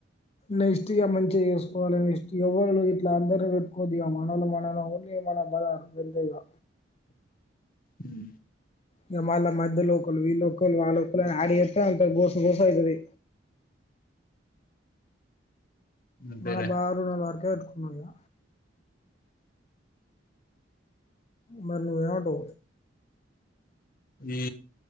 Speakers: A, on the left; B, on the left.
A: నెక్స్ట్ గా మంచిగా చేసుకోవాలి నెక్స్ట్ ఎవ్వరు ఎట్లా అందరూ పెట్టుకోవద్దు ఇగ మనవలు మన ఉని మన అంతే ఇంగ
B: మ్మ్
A: ఇగ మళ్ళ మధ్య లోకలు ఈ లోకలు ఆ లోకలని ఆడ్ చేస్తే అంత గోస గోస అయితది
B: అంతేలే
A: మన బారూల్ అట్టేట్ మయా మరి నువ్వు ఏమంటావు
B: ఈ